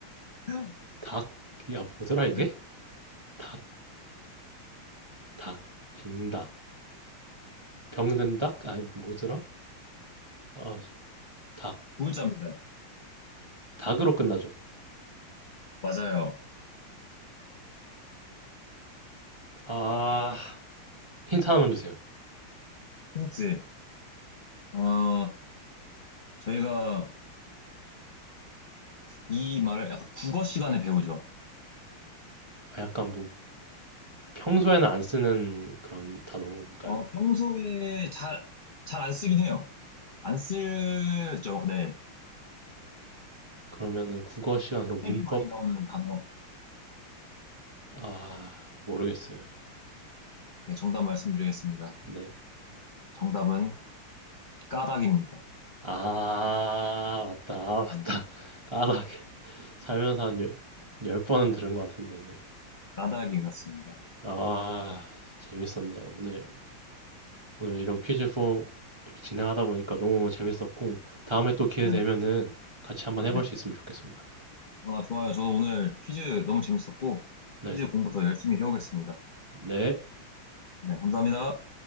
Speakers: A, on the left; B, on the right.
A: <laughs>
B: 닭, 야, 뭐더라, 이게?
A: 네,
B: 닭, 닭, 빙닭, 병든 닭? 아니, 뭐더라? 아, 닭,
A: 두 글자입니다.
B: 닭으로 끝나죠.
A: 맞아요.
B: 아, 힌트 하나만 주세요.
A: 힌트. 어, 저희가 이 말을 약간 국어 시간에 배우죠.
B: 아, 약간 뭐, 평소에는 안 쓰는 그런 단어인가요?
A: 어, 평소에 잘, 잘 안 쓰긴 해요. 안 쓰죠. 네.
B: 그러면은 국어 시간, 그럼 문법,
A: 책에 많이 나오는 단어.
B: 아, 모르겠어요.
A: 네, 정답 말씀드리겠습니다.
B: 네.
A: 정답은 까닭입니다.
B: 아, 맞다, 아, 맞다.
A: 네,
B: 까닭. 살면서 한 열, 열 번은 들은 것 같은데, 이거.
A: 까닭이었습니다.
B: 아, 재밌었네요. 오늘 오늘 이런 퀴즈 포 이렇게 진행하다 보니까 너무 재밌었고, 다음에 또 기회
A: 네,
B: 되면은 같이 한번
A: 네.
B: 해볼 수 있으면 좋겠습니다.
A: 아, 좋아요. 저도 오늘 퀴즈 너무 재밌었고,
B: 네.
A: 퀴즈 공부 더 열심히 해오겠습니다.
B: 네.
A: 네, 감사합니다.